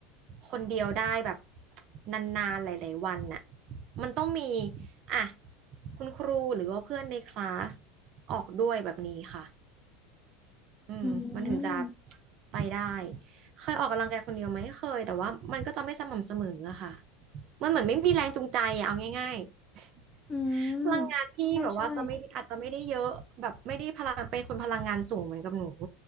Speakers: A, on the right; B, on the left.
A: คนเดียวได้แบบนานๆหลายๆวันน่ะมันต้องมีอ่ะคุณครูหรือว่าเพื่อนในคลาสออกด้วยแบบนี้ค่ะ อืมมันถึงจะ
B: อืม
A: ไปได้เคยออกกำลังกายคนเดียวไหมเคยแต่ว่ามันก็จะไม่สม่ำเสมออะค่ะมันเหมือนไม่มีแรงจูงใจอะเอาง่ายๆ
B: อืม
A: <laughs> พลังงานพี่แบบว่าจะไม่ได้อาจจะไม่ได้เยอะแบบไม่ได้พลังเป็นคนพลังงานสูงเหมือนกับหนู
B: ใช่ใช่